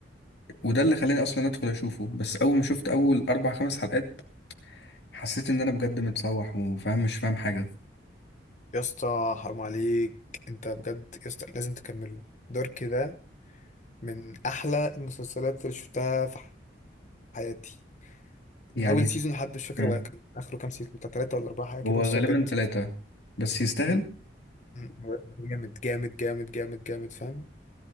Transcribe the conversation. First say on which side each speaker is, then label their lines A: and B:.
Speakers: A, on the left; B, on the left.
A: وده اللي خلاني اصلا ادخل اشوفه بس اول ما شفت اول اربع خمس حلقات حسيت ان انا بجد متسوح وفاهم مش فاهم حاجه
B: يا اسطى حرام عليك انت بجد يا اسطى لازم تكمله دارك ده من احلى المسلسلات اللي شفتها في حياتي
A: يعني
B: من اول سيزون لحد مش فاكر
A: مم.
B: هو كان اخره كام سيزون بتاع ثلاثة ولا اربعة حاجة كده
A: هو
B: بس
A: غالبا
B: هو بجد
A: ثلاثه بس يستاهل
B: مم. مم. جامد جامد جامد جامد جامد فاهم